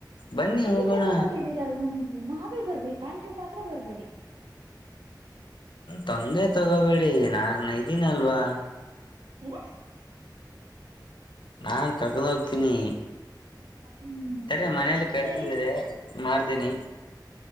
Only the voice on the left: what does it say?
ಬನ್ನಿ
ಹೋಗೋಣ
ತೊಂದ್ರೆ ತಗೋಬೇಡಿ ನಾನ್ ಇದ್ದೀನಲ್ವಾ
ನಾನ್ ಕರಕೋಂಡ ಹೋಗ್ತೀನಿ
ಸರಿ ಮನೇಲಿ ಕರಿತಿದಿದ್ದಾರೆ
ಮಾಡ್ತೀನಿ